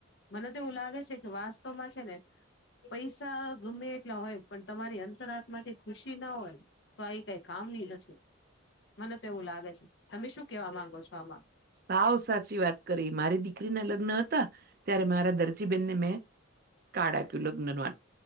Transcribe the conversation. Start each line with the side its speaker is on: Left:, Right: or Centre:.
Left: મને તો એવું લાગે છે કે વાસ્તવમાં છે ને પૈસા ગમે એટલા હોય પણ તમારી અંતર આત્મા થી ખુશી ન હોય તો આ કાઈ કામની નથી મને તો એવું લાગે છે, તમે શું કેવા માંગો છો આમા.
Right: સાવ સાચી વાત કરી. મારી દીકરીના લગ્ન હતા ત્યારે મારા દરજીબેનને મેં કાડ આપ્યું લગ્ન નું